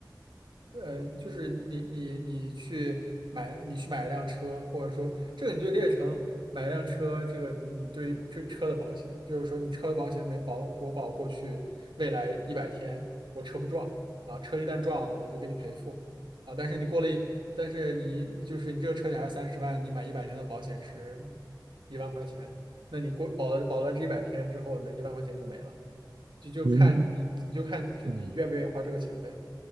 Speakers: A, on the right; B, on the right.
A: 嗯呃，就是你你你去买你去买一辆车，或者说这个你就列成买一辆车，这个你对于这车的保险，就是说你车的保险没保，我保过去未来一百天我车不撞啊，车一旦撞了我就给你赔付啊，但是你过了一，但是你就是你这个车险还是三十万，你买一百天的保险是一万块钱，那你过保了保了这一百天之后呢，一万块钱就没了，就就看你就看就你愿不愿意花这个钱呗。
B: 你你嗯。